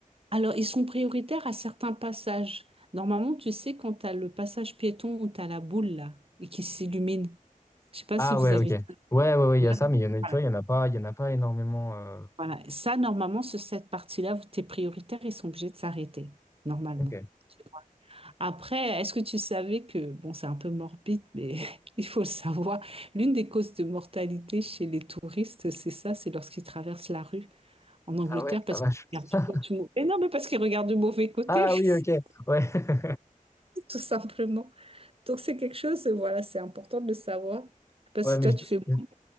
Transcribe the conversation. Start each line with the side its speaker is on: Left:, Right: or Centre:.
Right: Alors, ils sont prioritaires à certains passages. Normalement, tu sais, quand tu as le passage piéton où tu as la boule là, et qui s'illumine. Je sais pas
Left: Ah
Right: si vous
Left: ouais,
Right: avez
Left: ok.
Right: ça.
Left: Ouais, ouais, ouais, il
Right: Là,
Left: y a ça, mais il y en a,
Right: voilà.
Left: tu vois, il y en a pas, il y en a pas énormément. euh,
Right: Voilà. Ça, normalement, sur cette partie-là, tes prioritaires, ils sont obligés de s'arrêter, normalement.
Left: Ok.
Right: Tu vois. Après, est-ce que tu savais que, bon, c'est un peu morbide, mais <laughs> il faut le savoir, l'une des causes de mortalité chez les touristes, c'est ça, c'est lorsqu'ils traversent la rue en Angleterre
Left: Ah ouais,
Right: parce
Left: la vache.
Right: qu'ils regardent
Left: <laughs>
Right: toujours du mauvais. Mais non, mais parce qu'ils regardent du mauvais côté,
Left: Ah
Right: <laughs>
Left: oui, ok. Ouais, <laughs>
Right: tout simplement. Donc c'est quelque chose, euh, voilà, c'est important de le savoir. Je sais pas
Left: ouais,
Right: si
Left: mais
Right: toi
Left: je...
Right: tu fais beaucoup.
Left: je-